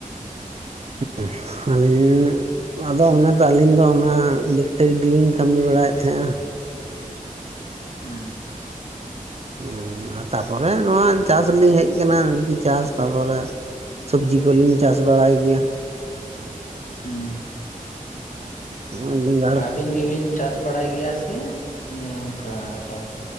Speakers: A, on the right; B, on the left.
A: <unintelligible> ᱟᱫᱚ ᱚᱱᱟ ᱫᱚ ᱟᱹᱞᱤᱧ ᱫᱚ ᱚᱱᱟ ᱤᱞᱤᱠᱴᱤᱨᱤᱠ ᱜᱮ <unintelligible> ᱞᱤᱱᱤᱜ ᱠᱟᱹᱢᱤ ᱵᱟᱲᱟᱭᱮᱫ ᱛᱟᱦᱮᱸᱼᱟ
B: ᱦᱮᱸ
A: ᱦᱮᱸ ᱛᱟᱨᱯᱚᱨᱮ ᱱᱚᱣᱟ ᱪᱟᱥ ᱞᱤᱧ ᱦᱮᱡ ᱟᱠᱟᱱᱟ ᱱᱟᱭᱠᱤ ᱪᱟᱥ ᱛᱟᱨᱯᱚᱨᱮ ᱥᱚᱵᱽᱡᱤ ᱠᱚᱞᱤᱧ ᱪᱟᱥ ᱵᱟᱲᱟᱭ ᱜᱮᱭᱟ
B: ᱦᱮᱸ
A: <unintelligible>
B: ᱟᱹᱵᱤᱱ ᱜᱮᱵᱤᱱ ᱪᱟᱥ ᱵᱟᱲᱟᱭ ᱜᱮᱭᱟ ᱥᱮ ᱮ ᱚᱱᱠᱟ ᱟᱨᱦᱚᱸ